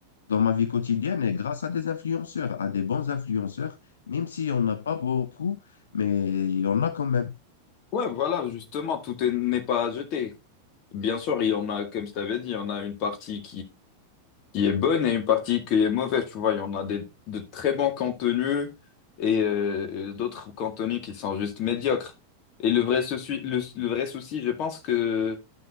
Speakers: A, on the left; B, on the left.
A: dans ma vie quotidienne et grâce à des influenceurs, à des bons influenceurs, même si on n'a pas beaucoup, mais il y en a quand même.
B: Ouais, voilà, justement, tout est- n'est pas à jeter. Bien sûr, il y en a, comme je t'avais dit, il y en a une partie qui est bonne et une partie qui est mauvaise. Tu vois, il y en a des, de très bons contenus et euh, d'autres contenus qui sont juste médiocres. Et le vrai souci, le, le vrai souci, je pense que